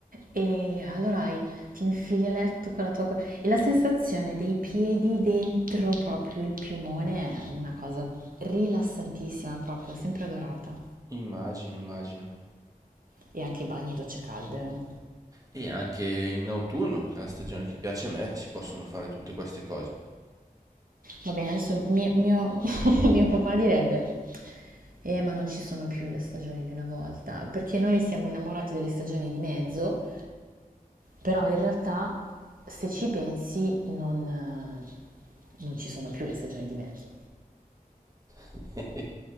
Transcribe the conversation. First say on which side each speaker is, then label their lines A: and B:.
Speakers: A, on the right; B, on the right.
A: E allora hai- ti infili a letto con la tua... co- E la sensazione dei piedi dentro proprio il piumone è una cosa rilassantissima, proprio, sempre adorata.
B: Immagino, immagino.
A: E anche i bagni e docce calde.
B: E anche in autunno, che è la stagione che piace a me, si possono fare tutte queste cose.
A: Va bene, adesso mio, mio- <laughs> mio papà direbbe, <laughs> eh, ma non ci sono più le stagioni di una volta, perché noi siamo innamorati delle stagioni di mezzo, però in realtà se ci pensi non, eh, non ci sono più le stagioni di mezzo.
B: <laughs>